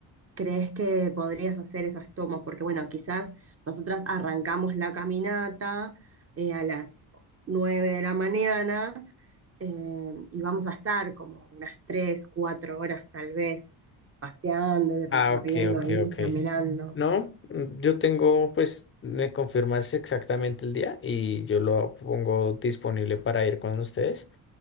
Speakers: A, on the right; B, on the left.
A: crees que podrías hacer esas tomas? Porque bueno, quizás nosotras arrancamos la caminata eh, a las nueve de la mañana eh, y vamos a estar como unas 3, 4 horas tal vez paseando y recorriendo
B: Ah, ok, ok,
A: ahí,
B: ok.
A: caminando.
B: No, mm, yo tengo, pues, me confirmas exactamente el día y yo lo pongo disponible para ir con ustedes.